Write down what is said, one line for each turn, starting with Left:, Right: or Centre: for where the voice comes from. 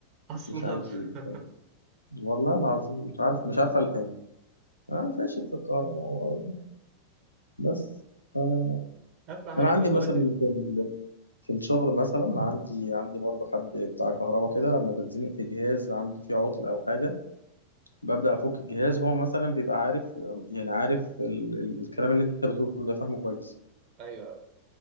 Right: اصلا
Left: مش عايز يتفرج.
Right: <laughs>
Left: والله العظيم مش عارف مش عارف الحين اه فاشل في الكهرباء بس آه.
Right: اهم حاجه
Left: انا عندي
Right: انت دلوقتي
Left: مثلا في ال... في الشغل مثلا عندي عندي برضه حد بتاع كهرباء كده لما بتزنق في جهاز عنده فيه عطل او حاجه ببدا افك الجهاز هو مثلا بيبقى عارف يعني عارف ال... ال... الكلام اللي انت بتقوله ده فاهمه كويس
Right: ايوه ايوه